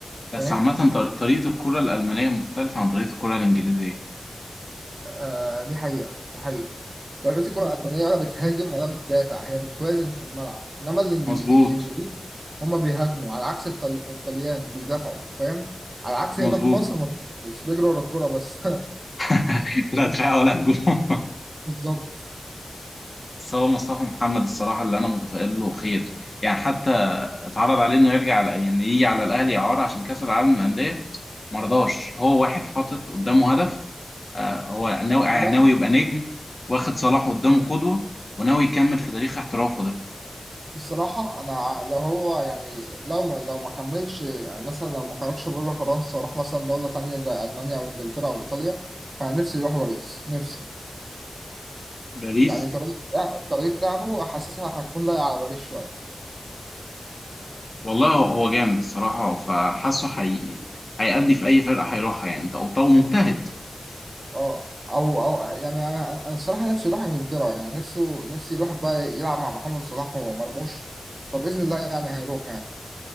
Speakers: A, on the left; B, on the right.
A: بس
B: فاهم
A: عامة طر- طريقة الكرة الألمانية مختلفة عن طريقة الكرة الإنجليزية
B: آه دي حقيقة دي حقيقة طريقة الكرة الألمانية ولا بتهاجم ولا بتدافع هي بتوازن في الملعب إنما الإنجلي-
A: مظبوط
B: الإنجليز هما بيهاجموا على عكس الطل... الطليان بيدافعوا فاهم على عكس
A: مظبوط
B: هنا في مصر مفيش خالص بيجروا ورا الكورة بس
A: <laughs> لا دفاع ولا هجوم
B: <laughs> بالظبط
A: بس هو مصطفى محمد الصراحة اللي أنا متفائل له خير يعني حتى اتعرض عليه إنه يرجع على يعني يجي على الأهلي إعارة عشان كأس العالم للأندية ما رضاش هو واحد حاطط قدامه هدف آه هو ناوي
B: صراحة
A: يعني ناوي يبقى نجم واخد صلاح قدامه قدوة وناوي يكمل في تاريخ احترافه ده
B: الصراحة أنا ع- لو هو يعني لو ما لو ما كملش يعني مثلا لو ما خرجش بره فرنسا وراح مثلا دولة تانية زي ألمانيا أو إنجلترا أو إيطاليا فأنا نفسي يروح باريس نفسي
A: باريس
B: يعني طريقة طريقة لعبه حاسسها هتكون لايقة على باريس شوية
A: والله هو هو جامد الصراحة فحاسه حي... هيأدي في أي فرقة هيروحها يعني أو طو مجتهد
B: أه أو أو يعني أنا أنا الصراحة نفسي يروح إنجلترا يعني نفسه نفسي يروح بقى يلعب مع محمد صلاح ومرموش فبإذن الله يعني هيروح يعني